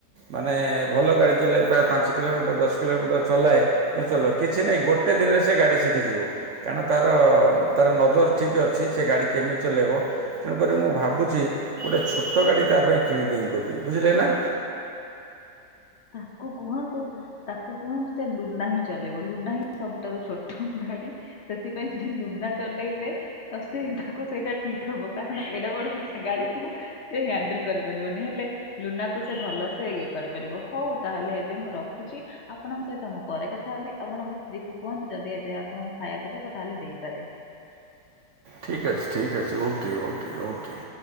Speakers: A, on the right (about 65°); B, on the left (about 60°).
A: ମାନେ ଭଲ ଗାଡ଼ି ଚଲାଏ ପ୍ରାୟ ପାଞ୍ଚ କିଲୋମିଟର୍ ଦଶ କିଲୋମିଟର୍ ଚଲାଏ ଉଁ ଚଲ କିଛି ନାହିଁ ଗୋ ଟେ ଦିନରେ ସେ ଗାଡ଼ି ଶିକିଯିବ। କାରଣ ତାର ତାର ନଜର ଠିକ୍ ଅଛି ସେ ଗାଡ଼ି କେମିତି ଚଲେଇବ ତେଣୁ କରି ମୁଁ ଭାବୁଚି ଗୋଟେ ଛୋଟ ଗାଡ଼ି ତାପାଇଁ କିଣିଦେମି ବୋଲି। ବୁଝିଲେ ନାଁ?
B: ତାକୁ କୁହନ୍ତୁ ତାକୁ କୁହନ୍ତୁ ସେ ଲୁନା ହିଁ ଚଲେଇବ ଲୁନା ହିଁ ସବୁଠାରୁ ଛୋଟ ଗାଡ଼ି। ସେଥିପାଇଁ ସେ ଲୁନା ଚଲେଇଲେ ତ ସେଇଟାକୁ ସେଇଟା ଠିକ୍ ହବ କାରଣ ଏଡ଼େ ବଡ଼ ସେ ଗାଡ଼ିକୁ ସେ ହ୍ୟାଣ୍ଡେଲ୍ କରିପାରିବନି ହେଲେ ଲୁନାକୁ ସେ ଭଲସେ ଇଏ କରିପାରିବ ହଉ ତାହେଲେ ଏବେ ମୁଁ ରଖୁଚି। ଆପଣଙ୍କ ସହିତ ମୁଁ ପରେ କଥା ହେବି ଆପଣଙ୍କ ସ୍ତ୍ରୀକୁ କୁହନ୍ତୁ ଯଦି ଏବେ ଆପଣଙ୍କୁ ଖାଇବାକୁ ଦବ ତାହେଲେ ଦେଇପାରେ।
A: ଠିକ୍ ଅଛି ଠିକ୍ ଅଛି ଓକେ ଓକେ ଓକେ।